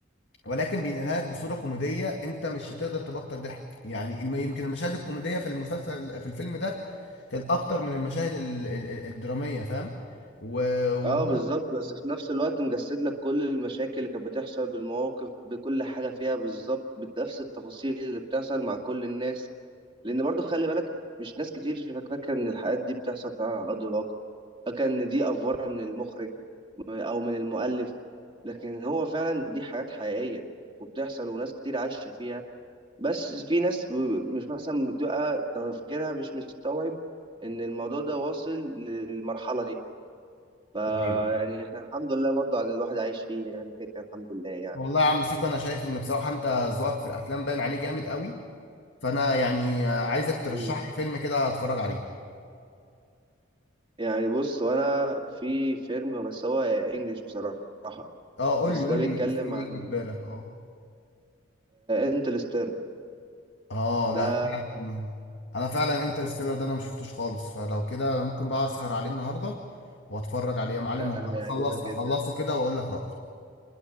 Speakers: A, on the left (about 65°); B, on the right (about 25°).
A: ولكن بينقلها لك بصورة كوميدية أنت مش هتقدر تبطل ضحك يعني الم- يمكن المشاهد الكوميدية في المسلسل في الفيلم ده كانت أكتر من المشاهد ال- ال- ال- الدرامية فاهم و- وبرضو
B: اه بالظبط بس في نفس الوقت مجسد لك كل المشاكل اللي كانت بتحصل بالمواقف بكل حاجه فيها بالظبط بنفس التفاصيل اللي بتحصل مع كل الناس لان برضو خلي بالك مش ناس كتير في- فاكره ان الحاجات دي بتحصل فعلا على ارض الواقع فاكره ان دي افوره من المخرج او من المؤلف لكن هو فعلا دي حاجات حقيقيه وبتحصل وناس كتير عايشه فيها بس في ناس ب- مش مثلا بتبقى تفكيرها مش مستوعب ان الموضوع ده واصل للمرحله دي فيعني
A: أيوة.
B: احنا الحمد لله برضو عن الواحد عايش فيه يعني كده كده الحمد لله يعني
A: والله يا عم سيكو انا شايف ان بصراحه انت ذوقك في الافلام باين عليه جامد قوي فانا يعني عايزك
B: حبيبي.
A: ترشح لي فيلم كده اتفرج عليه
B: يعني بص وانا في فيلم بس هو انجليش بصراحة
A: اه قول
B: بس
A: لي قول
B: ده بيتكلم
A: لي فيلم
B: عن
A: يجي في بالك اه
B: انتلستير
A: اه
B: ده
A: لا انا فعلا انا فعلا انترستيلر ده انا ما شفتوش خالص فلو كده انا ممكن بقى اسهر عليه النهارده واتفرج عليه يا معلم
B: ده
A: واخلص
B: هيعجبك جدا
A: اخلصه كده واقول لك رايي